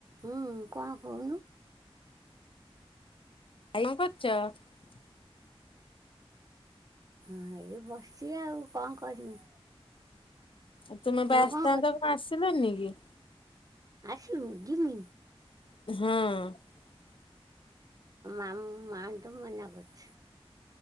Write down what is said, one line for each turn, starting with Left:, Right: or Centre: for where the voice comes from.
Right: ହୁଁ କଣ କହୁନୁ?
Left: ଆଇ କରଚ <unintelligible>
Right: ହଁ ଏଇ ବସିଛି ଆଉ କଣ କରିବି?
Left: ଆଉ ତୁମେ
Right: ତମେ
Left: ପା ଆସିଥାନ୍ତ
Right: କ'ଣ
Left: କଣ ଆସିଲନି କି?
Right: ଆସ ମୁୁ ଘିମି
Left: ହଁ
Right: ଆ ଆ ତ ମନା କରୁଛି